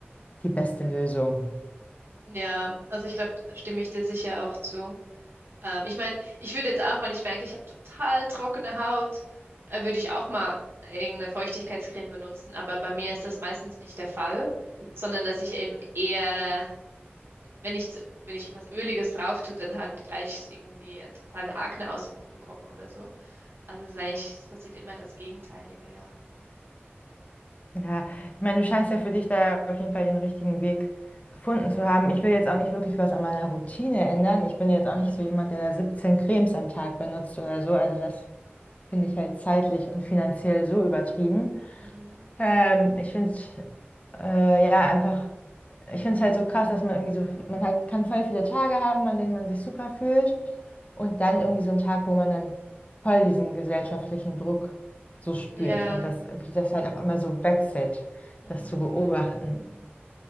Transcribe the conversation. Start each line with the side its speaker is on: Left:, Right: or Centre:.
Left: die beste Lösung.
Right: Ja, also ich glaube, da stimme ich dir sicher auch zu. Ähm, ich meine, ich würde jetzt auch, wenn ich merke, ich habe total trockene Haut, äh, würde ich auch mal irgendeine Feuchtigkeitscreme benutzen. Aber bei mir ist das meistens nicht der Fall sondern dass ich eben eher wenn ich, zu- wenn ich was Öliges drauf tue, dann halt gleich irgendwie einen totalen Akneausbruch bekomme oder so. Also es ist eigentlich, es passiert immer das Gegenteilige, ja.
Left: Ja, ich meine,
Right: Ähm,
Left: du scheinst ja für dich da auf jeden Fall den richtigen Weg gefunden zu haben. Ich will jetzt auch nicht wirklich was an meiner Routine ändern. Ich bin jetzt
Right: Mhm.
Left: auch nicht so jemand, der da 17 Cremes am Tag benutzt oder so. Also das finde ich halt zeitlich und finanziell so übertrieben.
Right: Mhm.
Left: Ähm, ich finde, äh, ja, einfach. Ich finde es halt so krass, dass man irgendwie so, man hat, kann voll viele Tage haben, an denen man sich super fühlt und dann irgendwie so einen Tag, wo man dann voll diesen gesellschaftlichen Druck so spürt
Right: Ja.
Left: und das, wie das halt auch immer so wechselt,
Right: Mhm.
Left: das zu beobachten.
Right: Mhm.